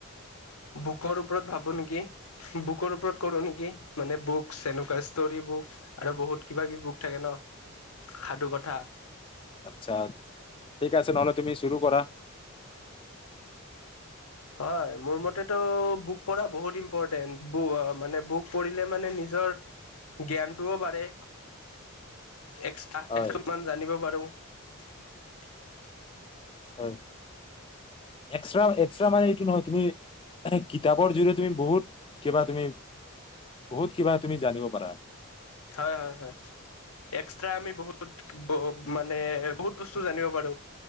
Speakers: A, on the left; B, on the left.
A: বুকৰ ওপৰত ভাবো নেকি বুকৰ ওপৰত কৰো নেকি মানে বুক এনেকুৱা ষ্টৰী বুক আৰু বহুত কিবা কিবি বুক থাকে নহ সাধু কথা
B: আচ্ছা ঠিক আছে নহ'লে তুমি চুৰু কৰা
A: হয় মোৰ মতেতো বুক পঢ়া বহুত ইম্পৰটেণ্ট বু মানে বুক পঢ়িলে মানে নিজৰ জ্ঞানটোও বাঢ়ে। এক্সট্ৰা
B: হয়
A: একট মান জানিব পাৰো। <unintelligible>
B: হয়। এক্সটা এক্সটা মানে এইটো নহয় তুমি এনে কিতাপৰ যিটো তুমি বহুত কিবা তুমি বহুত কি বা তুমি জানিব পাৰা
A: হয় হয় হয় এক্সট্ৰা আমি বহুত মানে বহুত বস্তু জানিব পাৰো।